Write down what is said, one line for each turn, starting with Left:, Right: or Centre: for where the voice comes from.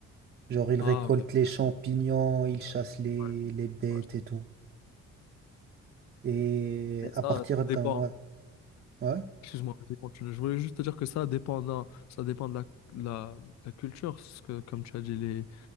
Right: Genre il
Left: Ah,
Right: récolte
Left: ok.
Right: les champignons, il chasse les,
Left: Ouais,
Right: les bêtes
Left: ouais, je-
Right: et tout. Et
Left: Mais ça,
Right: à partir
Left: ça
Right: d'un,
Left: dépend.
Right: ouais, ouais,
Left: Excuse-moi, vas-y, continue. Je voulais juste te dire que ça dépend d'un- ça dépend de la, de la, de la culture. Parce que, comme tu as dit, les,